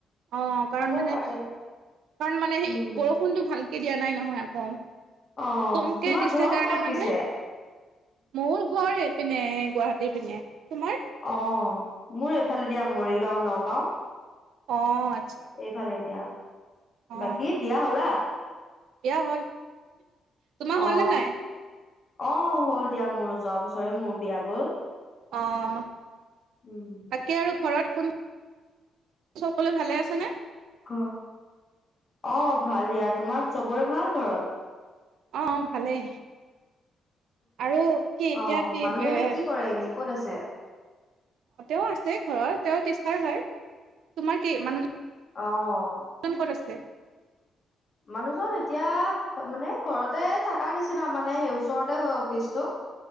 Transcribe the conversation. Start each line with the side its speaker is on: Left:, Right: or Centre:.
Right: অ, কাৰণ
Left: হব
Right: মানে
Left: পাৰে
Right: কাৰণ মানে
Left: উম
Right: বৰষুণতটো ভাল দিয়া নাই নহয় আকৌ
Left: অ
Right: কমকে
Left: তোমাৰ
Right: দিছে
Left: ঘৰ
Right: কাৰণে
Left: ক'ত
Right: মানে
Left: পিছে
Right: মোৰ ঘৰ পিনে গুৱাহাটীৰ পিনে, তোমাৰ
Left: অ', মোৰ এইফালে দিয়া মৰিগাঁও নগাঁও
Right: অ', আচ্ছা
Left: এইফালে এ দিয়া।
Right: অ
Left: বাকী বিয়া হ'লা।
Right: বিয়া হ'ল। তোমাৰ হল
Left: অ
Right: নে নাই?
Left: অ, হ'ল দিয়া মোৰ যোৱা বছৰে মোৰ বিয়া গ'ল।
Right: অ',
Left: উম।
Right: বাকী আৰু ঘৰত কোন সকলো ভালে আছেনে?
Left: অ, ভাল দিয়া তোমাৰ চবৰে ভাল ঘৰত।
Right: অ, ভালেই আৰু কি এতিয়া
Left: অ
Right: কি
Left: মানুহজনে
Right: এ
Left: কি কৰে এনে ক'ত আছে।
Right: অ' তেওঁ আছে ঘৰৰ তেওঁ টিচাৰ হয় তোমাৰ কি মানুহ জন
Left: অ',
Right: ক'ত আছে।
Left: মানুহজন এতিয়া মানে ঘৰতে থকাৰ নিচিনা মানে সেই ওচৰতে হয় অফিচটো।